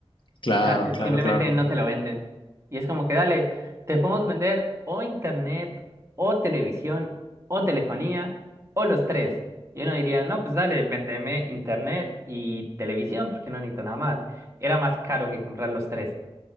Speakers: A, on the left; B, on the right.
A: Claro,
B: O sea, si-
A: claro,
B: simplemente
A: claro.
B: no te lo venden. Y es como que dale, te podemos vender o internet, o televisión, o telefonía, o los tres. Y uno diría, no, pues dale, vendeme internet y televisión porque no necesito nada más. Era más caro que comprar los tres.